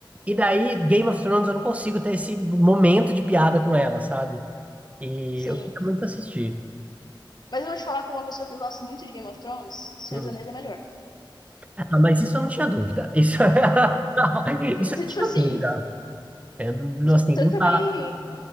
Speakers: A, on the right; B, on the left.
A: e daí Game of Thrones eu não consigo ter esse momento de piada com ela, sabe? E
B: Sim,
A: eu queria muito assistir.
B: Mas eu vou te falar como uma pessoa que gosta muito de Game of Thrones, Senhor
A: Hum.
B: dos Anéis é melhor.
A: Ah, mas isso eu não tinha dúvida, isso, <laughs>
B: É,
A: isso
B: então,
A: eu
B: tipo assim,
A: não tinha dúvida, eu, não- assim,
B: você
A: não
B: também.
A: dá.